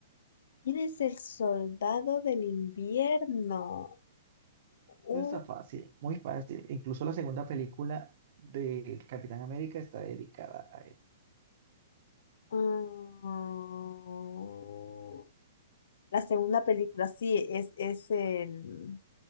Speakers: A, on the left (about 70°); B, on the right (about 55°).
A: ¿Quién es el soldado del invierno? Uh,
B: Eso está fácil, muy fácil. Incluso la segunda película de Capitán América está dedicada a él.
A: mm, la segunda película, sí, es, es el...